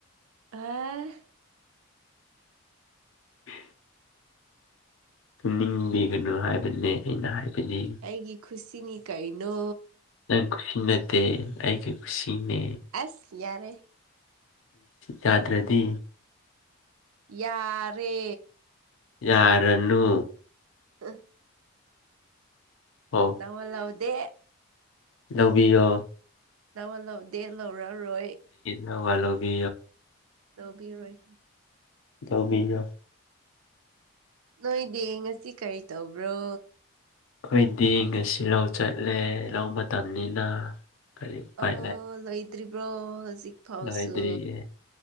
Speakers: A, on the right (about 80°); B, on the left (about 65°).
A: ꯑ
B: <unintelligible> ꯇꯅꯤꯡꯕꯤꯒꯅꯨ ꯍꯥꯏꯕꯅꯦ ꯑꯩꯅ ꯍꯥꯏꯕꯗꯤ
A: ꯑꯩꯒꯤ ꯈꯨꯁꯤꯅꯤ ꯀꯩꯅꯣ
B: ꯅꯪ ꯈꯨꯁꯤ ꯅꯠꯇꯦ ꯑꯩꯒꯤ ꯀꯁꯤꯅꯦ
A: ꯑꯁ ꯌꯥꯔꯦ
B: ꯌꯥꯗ꯭ꯔꯗꯤ
A: ꯌꯥꯔꯦ
B: ꯌꯥꯔꯅꯨ
A: ꯑ
B: ꯑꯣ
A: ꯌꯥ ꯂꯥꯎꯗꯦ
B: ꯂꯧꯕꯤꯌꯣ
A: ꯂꯋꯥ ꯂ ꯗꯦ ꯂꯧꯔꯥꯎꯔꯣꯏ
B: ꯀꯣ ꯋꯥꯣꯕꯤ
A: ꯂꯧꯕꯤꯔꯣꯏ
B: ꯇꯧꯕꯤꯌꯨ
A: ꯅꯣꯏꯗꯤ ꯉꯁꯤ ꯀꯔꯤ ꯇꯧꯕ꯭ꯔꯣ
B: ꯑꯩꯈꯣꯏꯗꯤ ꯉꯁꯤ ꯂꯧ ꯆꯠꯂꯦ ꯂꯧ ꯃꯇꯝꯅꯤꯅ ꯀꯔꯤ ꯎꯄꯥꯏ
A: ꯑ ꯂꯣꯏꯗ꯭ꯔꯤꯕ꯭ꯔꯣ ꯍꯧꯖꯤꯛ ꯐꯥꯎꯁꯨ
B: ꯂꯩꯣꯏꯗ꯭ꯔꯤꯌꯦ